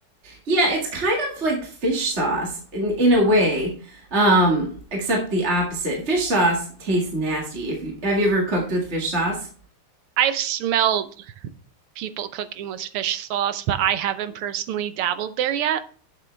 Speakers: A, on the right; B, on the right.
A: Yeah, it's kind of like fish sauce in in a way, um, except the opposite. Fish sauce tastes nasty. If you have you ever cooked with fish sauce,
B: I've smelled people cooking with fish sauce, but I haven't personally dabbled there yet.